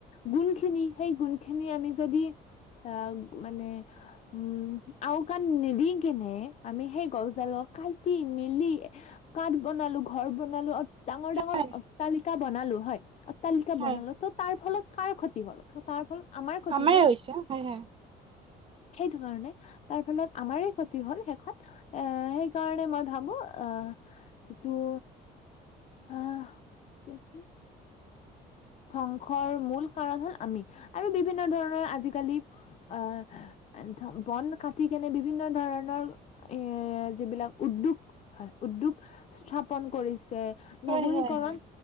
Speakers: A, on the left; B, on the right.
A: গুণ খিনি, সেই গুণ খিনি আমি যদি আহ মানে উম, আওকাণ নিদি কেনে আমি সেই গছডালক কাটি মেলি, কাঠ বনালো, ঘৰ বনালো, আৰু ডাঙৰ ডাঙৰ
B: হয়
A: অট্টালিকা বনালো হয়। তালিকা
B: হয়
A: বনালো ত' তাৰ ফলত কাৰ ক্ষতি হ'ল। তাৰ ফলত ক্ষতি
B: আমাৰ
A: হ'ল
B: হৈছে। হয়, হয়।
A: সেইটো কাৰণে তাৰ ফলত আমাৰে ক্ষতি হ'ল শেষত। এ সেইকাৰণে মই ভাবো আহ যিটো, আহ কি আছিল? ধ্বংসৰ মূল কাৰণ হ'ল আমি, আৰু বিভিন্ন ধৰণৰ আজিকালি। আহ ধ বন কাটি কেনে বিভিন্ন ধৰণৰ, এ যিবিলাক উদ্যোগ হয়, উদ্যোগ স্থাপন কৰিছে।
B: হয়
A: নগৰীকৰণ
B: হয় হয়